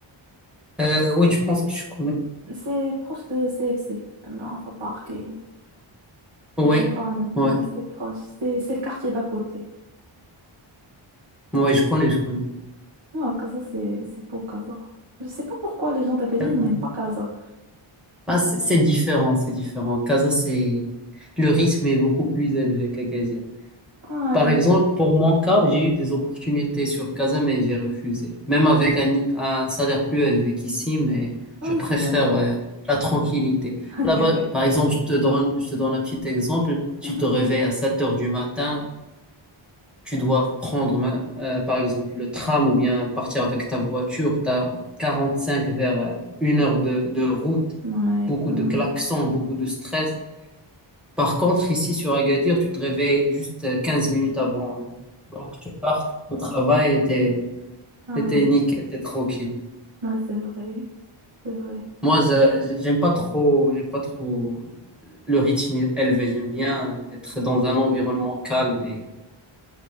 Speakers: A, in the centre; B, on the right.
A: Euh, oui, je pense que je connais.
B: سي بروش دو سي اف سي non enfin parc et,
A: Oui,
B: et compagnie
A: ouais,
B: Ouais, c'est proche c'est c'est le quartier d'à côté
A: ouais, je connais, je connais.
B: non Casa c'est c'est beau Casa <laughs> je sais pas pourquoi les gens d'Agadir
A: Casa.
B: ils n'aiment pas Casa
A: Ah, c'est c'est différent, c'est différent. Casa, c'est le rythme est beaucoup plus élevé qu'Agadir.
B: ouais
A: Par exemple, pour mon cas, j'ai eu des opportunités sur Casa, mais j'ai refusé. Même avec un, un salaire plus élevé qu'ici, mais je
B: ouais
A: préfère
B: c'est
A: euh, la tranquillité.
B: <laughs>
A: Là-bas, par exemple, je te donne, je te donne un petit exemple. Tu
B: Mhm.
A: te réveilles à 7 heures du matin, tu dois prendre, ma- euh, par exemple, le tram ou bien partir avec ta voiture. Tu as 45 vers euh, une heure de, de route,
B: ouais
A: beaucoup
B: ouais
A: de klaxons, beaucoup de stress. Par contre, ici sur Agadir, tu te réveilles juste euh, 15 minutes avant. Donc, tu pars au travail et t'es,
B: ouais
A: et t'es nickel, t'es tranquille.
B: ouais c'est vrai c'est vrai
A: Moi, je- j'aime pas trop, j'aime pas trop le rythme élevé. J'aime bien être dans un environnement calme et,